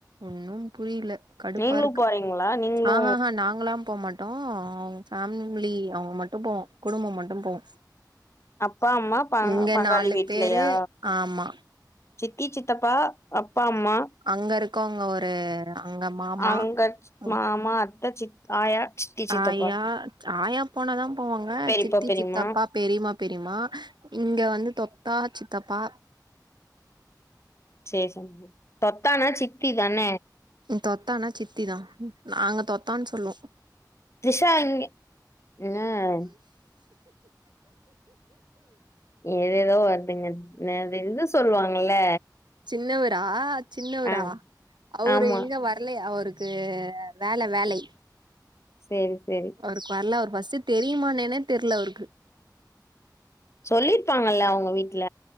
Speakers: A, on the right (about 85°); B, on the left (about 40°).
A: ஒன்னு புரியல கடுப்பா
B: நீங்களு
A: இருக்கு,
B: போறீங்களா நீங்களு
A: ஆஹஹா நாங்கள்லா போமாட் டோ அவங்க ஃபேமிலி அவுங்க மட்டு போவோ குடும்பம் மட்டு போவோ.
B: அப்பா அம்மா ப
A: இங்க
B: பங்காளி
A: நாலு
B: வீட்லையா
A: பேரு ஆமா
B: சித்தி, சித்தப்பா, அப்பா, அம்மா
A: அங்க இருக்கவங்க ஒரு அங்க மாமா,
B: அங்க
A: ம்,
B: மாமா அத்த சித் ஆயா சித்தி சித்தப்பா
A: ஆயா ஆயா போனதா போவாங்க
B: பெரிப்பா
A: சித்தி,
B: பெரிம்மா
A: சித்தப்பா, பெரியமா பெரியமா இங்க வந்து தொத்தா சித்தப்பா
B: சேரி சேரி தொத்தானா சித்திதான
A: தொத்தான்னா சித்திதா நாங்க தொத்தான்னு சொல்லுவோ
B: திரிஷா இங்க, அ ஏதேதோ வருதுங்க என்னது இது சொல்லுவாங்கல்ல
A: சின்னவரா சின்னவரா
B: ஆ
A: அவரு
B: ஆமா
A: எங்க வரலையா அவரு க்கு வேல வேலை
B: சேரி சேரி
A: அவருக்கு வரல அவருக்கு ஃபர்ஸ்ட் தெரியுமா என்னன்னே தெரியல அவருக்கு
B: சொல்லிருப்பாங்கல்ல அவுங்க வீட்ல